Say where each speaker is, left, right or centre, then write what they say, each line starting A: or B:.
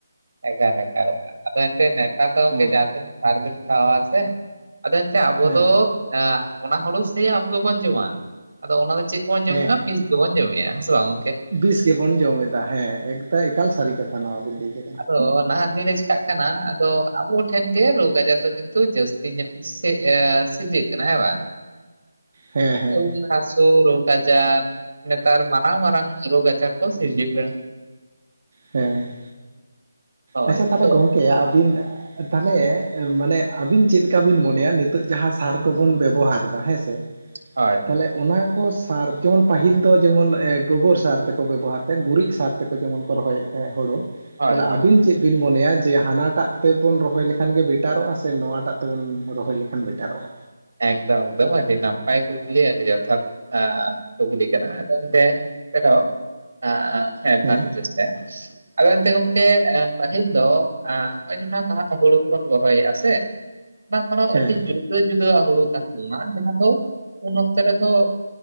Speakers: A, on the right (about 75°); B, on the right (about 40°).
A: ᱮᱠᱟᱞ ᱮᱠᱟᱞ ᱟᱫᱚ ᱮᱱᱛᱮ ᱱᱮᱛᱟᱨ ᱫᱚ ᱜᱚᱢᱠᱮ
B: ᱦᱩᱸ
A: ᱡᱟᱦᱟ ᱛᱤᱱᱟ. ᱜ ᱥᱟᱨᱵᱮᱱ ᱠᱷᱟᱣᱟᱣᱟ ᱥᱮ ᱟᱫᱚ ᱮᱱᱛᱮᱫ ᱟᱵᱚ
B: ᱦᱮᱸ
A: ᱫᱚ ᱚᱱᱟ ᱦᱩᱲᱩ ᱥᱮ ᱟᱵᱚ ᱜᱮᱵᱚᱱ ᱡᱚᱢᱟ ᱟᱫᱚ ᱚᱱᱟ ᱫᱚ ᱪᱮᱫ ᱵᱚᱱ ᱡᱚᱢᱮᱜ-ᱟ
B: ᱦᱮᱸ
A: ᱵᱤᱥ ᱜᱮᱵᱚᱱ ᱡᱚᱢᱮᱫ ᱟ ᱦᱮ ᱥᱮ ᱵᱟᱝ ᱜᱚᱢᱠᱮ
B: ᱵᱤᱥ ᱜᱮᱵᱚᱱ ᱡᱚᱢ ᱮᱫᱟ ᱦᱮᱸ ᱮᱠ ᱮᱠᱟᱞ ᱥᱟᱹᱨᱤ ᱠᱟᱛᱷᱟ ᱱᱚᱣᱟᱵᱤᱱ ᱞᱟᱹᱭ ᱠᱮᱫᱟ
A: ᱟᱫᱚ ᱱᱟᱦᱟᱜ ᱫᱤᱱᱨᱮ ᱪᱤᱠᱟᱜ ᱠᱟᱱᱟ ᱟᱫᱚ ᱟᱵᱚ ᱴᱷᱮᱱ ᱜᱮ ᱨᱳᱜᱽ ᱟᱡᱟᱨ ᱫᱚ ᱠᱤᱱᱛᱩ ᱡᱟᱹᱥᱛᱤ ᱧᱚᱜ ᱥᱤᱨᱡᱟᱹᱜ ᱠᱟᱱᱟ ᱦᱮᱸ ᱵᱟᱝ
B: ᱦᱮᱸ
A: <unintelligible>
B: ᱦᱮᱸ
A: ᱛᱚ ᱨᱳᱜ ᱟᱡᱪᱟᱨ ᱱᱮᱛᱟᱨ ᱢᱟᱨᱟᱝ ᱢᱟᱨᱟᱝ ᱨᱳᱜ ᱟᱡᱪᱟᱨ ᱠᱚ ᱥᱤᱨᱡᱟᱹᱜ ᱠᱟᱱᱟ
B: ᱦᱮᱸ
A: ᱦᱳᱭ
B: ᱟᱪᱪᱷᱟ ᱛᱟᱦᱚᱞᱮ
A: ᱟᱫᱚ
B: ᱜᱚᱝᱠᱮ ᱟᱹᱵᱤᱱ ᱛᱟᱦᱚᱞᱮ ᱢᱟᱱᱮ ᱟᱵᱤᱱ ᱪᱮᱫᱠᱟ ᱵᱤᱱ ᱢᱚᱱᱮᱭᱟ ᱱᱤᱛᱚᱜ ᱡᱟᱦᱟᱸ ᱥᱟᱨ ᱠᱚᱵᱚᱱ ᱵᱮᱵᱚᱦᱟᱨ ᱮᱫᱟ ᱦᱮᱸ ᱥᱮ
A: ᱦᱳᱭ
B: ᱛᱟᱦᱚᱞᱮ ᱚᱱᱟ ᱠᱚ ᱥᱟᱨ ᱡᱮᱢᱚᱱ ᱯᱟᱹᱦᱤᱞ ᱫᱚ ᱡᱮᱢᱚᱱ ᱜᱳᱵᱚᱨ ᱥᱟᱨ ᱛᱮᱠᱚ ᱵᱮᱵᱚᱦᱟᱨ ᱛᱟᱦᱮ ᱜᱩᱨᱤᱡ ᱥᱟᱨ ᱠᱚ ᱡᱮᱢᱚᱱ ᱠᱚ ᱨᱚᱦᱚᱭᱮᱫ ᱛᱟᱦᱮᱸᱫ ᱦᱩᱲᱩ
A: ᱦᱳᱭ
B: ᱛᱮ
A: ᱦᱳᱭ
B: ᱟᱵᱤᱱ ᱪᱮᱫ ᱵᱤᱱ ᱢᱚᱱᱮᱭᱟ ᱡᱮ ᱦᱟᱱᱟᱴᱟᱜ ᱛᱮᱵᱚᱱ ᱨᱚᱦᱚᱭ ᱞᱮᱠᱷᱟᱱ ᱜᱮ ᱵᱮᱴᱟᱨᱚᱜᱼᱟ ᱥᱮ ᱱᱚᱣᱟᱴᱟᱜ ᱛᱮᱵᱚᱱ ᱨᱚᱦᱚᱭ ᱞᱮᱠᱷᱟᱱ ᱵᱮᱴᱟᱨᱚᱜᱼᱟ
A: ᱮᱠᱫᱚᱢ ᱮᱠᱫᱚᱢ ᱟᱹᱰᱤ ᱱᱟᱯᱟᱭ ᱠᱩᱠᱞᱤ ᱟᱹᱰᱤ ᱡᱚᱛᱷᱟᱛ ᱠᱩᱠᱞᱤ ᱠᱟᱱᱟ ᱟᱫᱚ ᱮᱱᱛᱮ <unintelligible>
B: ᱦᱮᱸ
A: ᱟᱫᱚ ᱮᱱᱛᱮ ᱜᱚᱝᱠᱮ ᱯᱟᱹᱦᱤᱞ ᱫᱚ ᱱᱚᱜ ᱚᱭ ᱡᱟᱦᱟᱸ ᱱᱟᱦᱟᱜ ᱦᱩᱲᱩ ᱠᱚᱵᱚᱱ ᱨᱚᱦᱚᱭᱮᱫᱼᱟ ᱥᱮ ᱚᱱᱟ ᱠᱷᱚᱱᱚ
B: ᱦᱮᱸ
A: ᱟᱹᱰᱤ ᱡᱩᱫᱟᱹ ᱡᱩᱫᱟᱹᱣᱟᱜ ᱦᱩᱲᱩ ᱛᱟᱦᱮᱸ ᱞᱮᱱᱟ ᱡᱟᱦᱟᱸ ᱫᱚ ᱩᱱ ᱚᱠᱛᱚ ᱨᱮᱫᱚ